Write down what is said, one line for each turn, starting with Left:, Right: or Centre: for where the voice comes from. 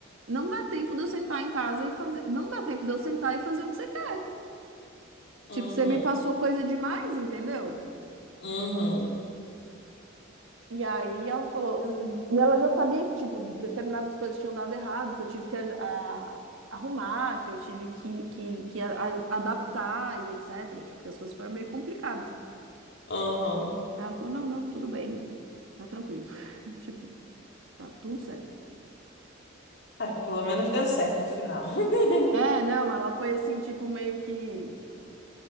Right: não dá tempo de eu sentar em casa e fazer. Não dá tempo de eu sentar e fazer o que você quer.
Left: Uhum,
Right: Tipo, você me passou coisa demais, entendeu?
Left: uhum,
Right: E aí ela falou.
Left: Hum.
Right: E ela já sabia que, tipo, determinadas coisas tinham dado errado, que eu tive que a- arrumar, que eu tive que, que, que a- a- adaptar e etc. Tipo, porque as coisas foram meio complicadas.
Left: uhum.
Right: Aí ela falou: não, não, tudo bem, tá tranquilo. <laughs> Tipo, tá tudo certo.
Left: Ai, pelo menos deu certo no final. <laughs>
Right: É, não, ela foi assim, tipo, meio que.